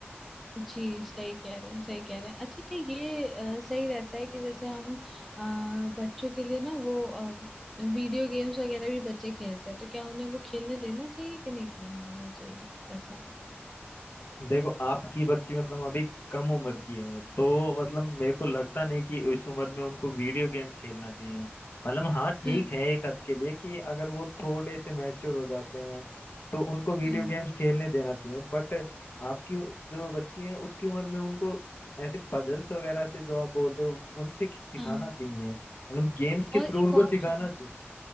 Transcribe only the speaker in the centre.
जी सही कह रहे हैं सही कह रहे हैं अच्छा क्या ये अ, सही रहता है कि जैसे हम अ, बच्चों के लिए ना वो वीडियो गेम्स वगैरह भी बच्चे खेलते हैं तो क्या उन्हें वो खेलने देना चाहिए कि नहीं खेलने देना चाहिए ऐसा
हम्म
हम्म
हाँ
और
एक
और
चीज